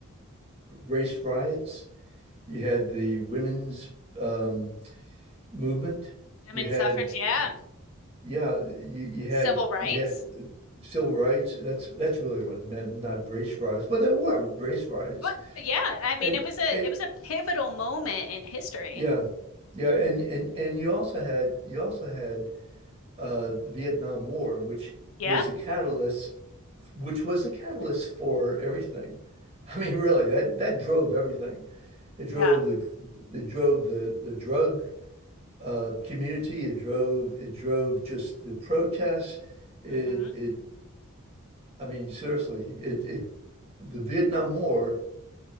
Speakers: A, on the right (about 25°); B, on the left (about 70°).
A: race riots. You had the women's um, movement.
B: Women's
A: You had
B: suffrage, yeah,
A: yeah, you you had
B: civil rights.
A: you had. civil rights. That's that's really what it meant, not race riots. But there were race riots,
B: But yeah, I mean,
A: and
B: it was a
A: and
B: it was a pivotal moment in history.
A: yeah, yeah, and and and you also had you also had uh, Vietnam War, which
B: Yeah,
A: was a catalyst, which was the catalyst for everything. I mean, really, that that drove everything. It drove
B: yeah.
A: the it drove the the drug uh, community. It drove it drove just the protests. It
B: hmm
A: it I mean, seriously, it it the Vietnam War